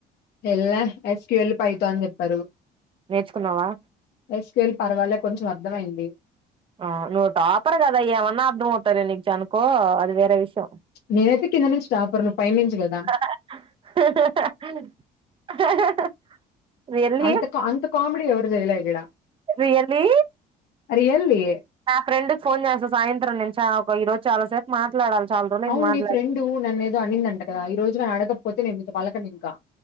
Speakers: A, on the left; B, on the right.
A: ఎల్లా ఎస్క్యూఎల్ పైతాన్ చెప్పారు
B: నేర్చుకున్నావా
A: ఎస్కేఎల్ పర్వాలే కొంచెం అర్థమైంది
B: ఆ నువ్ టాపర్ కదా ఏమన్నా అర్థంమవుతారు నీకుజనుకో అది వేరే విషయం
A: నేనైతే కింద నుంచి టాపర్ నువ్ పై నుంచి కదా
B: <inaudible> రియల్లీ
A: అంత క అంత కామెడీ ఎవరూ చేయలేదీడ
B: రియల్లీ
A: రియల్లీ
B: నా ఫ్రెండుక్ ఫోన్ చేస్తా సాయంత్రం నేన్ చ ఒక ఈరోజు చాలా సేపు మాట్లాడాలి చాలా రోజులైంది
A: అవును
B: మాట్లాడి
A: నీ ఫ్రెండు నన్నేదో అన్నిందంట కదా ఈ రోజు గానడగకపోతే నేన్ మీతో పలకనింకా